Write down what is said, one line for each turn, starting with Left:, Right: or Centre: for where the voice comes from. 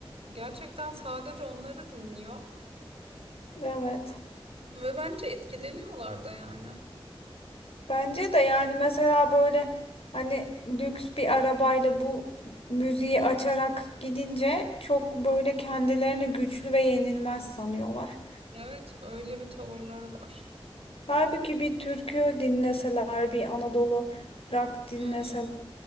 Right: gerçekten sadece onları dinliyor
Left: Evet.
Right: ve bence etkileniyorlar da yani.
Left: Bence de yani mesela böyle hani lüks bir arabayla bu müziği açarak gidince çok böyle kendilerini güçlü ve yenilmez sanıyorlar.
Right: Evet, öyle bir tavırları var.
Left: Halbuki bir türkü dinleseler, bir Anadolu rock dinleseler.
Right: Hı hı.